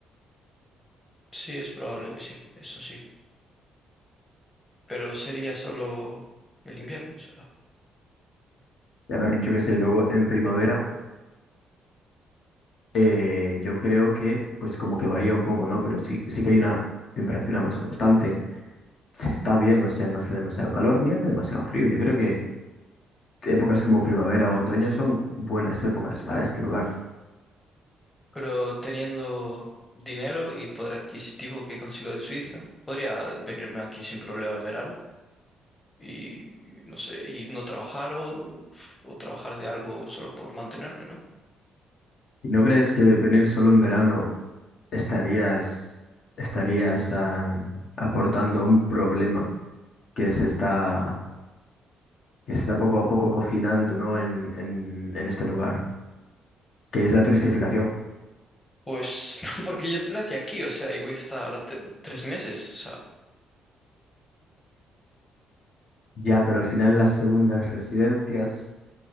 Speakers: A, on the left; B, on the left.
A: Sí, es probable que sí, eso sí. Pero sería solo el invierno, o sea.
B: Y a ver, yo qué sé, luego en primavera eh, yo creo que pues como que varía un poco, ¿no? Pero sí, sí que hay una temperatura más constante. Se está bien, o sea, no hace demasiado calor ni hace demasiado frío. Yo creo épocas como primavera o otoño son buenas épocas para este lugar.
A: Pero teniendo dinero y poder adquisitivo que consigo en Suiza, podría venirme aquí sin problema en verano y no sé, y no trabajar o, o trabajar de algo solo por mantenerme, ¿no?
B: ¿Y no crees que venir solo en verano estarías, estarías ah, aportando a un problema que se está, que se está poco a poco cocinando, ¿no? en, en en este lugar, que es la turistificación?
A: Pues <laughs> no, porque yo nací aquí, o sea, y voy a estar t- tres meses, o sea,
B: Ya, pero al final las segundas residencias